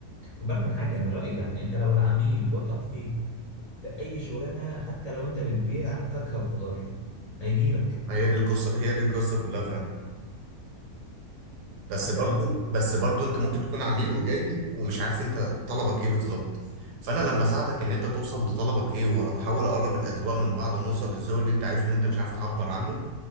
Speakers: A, on the left; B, on the right.
A: خد بالك من حاجة يعني رأيي يعني انت لو العميل وثق فيك في اي شغلانة حتى لو انت بتبيع فاكهة وخضار هيجيلك
B: هي دي القصة هي دي القصة كلها فعلا بس
A: حتى
B: برضو
A: لو انت
B: بس برضو أنت ممكن تكون عميل وجاي لي ومش عارف أنت طلبك إيه بالظبط فأنا لما أساعدك إن أنت توصل لطلبك إيه وأحاول أقرب الأذواق من بعض ونوصل للذوق اللي أنت عايزه اللي أنت مش عارف تعبر عنه